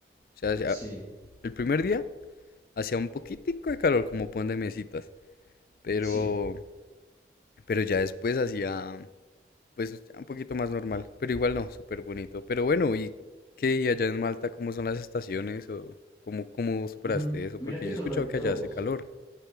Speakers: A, on the left; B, on the left.
A: O sea, hacía-
B: sí,
A: el primer día hacía un poquitico de calor, como pon de mesitas, pero,
B: sí.
A: pero ya después hacía, pues, ya un poquito más normal, pero igual no, súper bonito. Pero bueno, ¿y qué? ¿Y allá en Malta cómo son las estaciones o cómo, cómo superaste
B: Mm,
A: eso?
B: mira
A: Porque
B: que
A: yo
B: solo
A: he escuchado
B: hay dos.
A: que allá hace calor,